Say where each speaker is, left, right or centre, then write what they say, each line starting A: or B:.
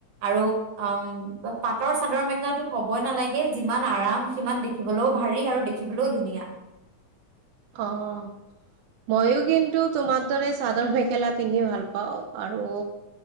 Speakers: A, on the right; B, on the right.
A: আৰু উম পাটৰ চাদৰ মেখেলাতো ক'বই নালাগে, যিমান আৰাম সিমান। দেখিবলৈও ভাৰি আৰু দেখিবলৈও ধুনীয়া।
B: অ' ময়ো কিন্তু তোমাৰ দৰে চাদৰ মেখেলা পিন্ধি ভাল পাওঁ, আৰু।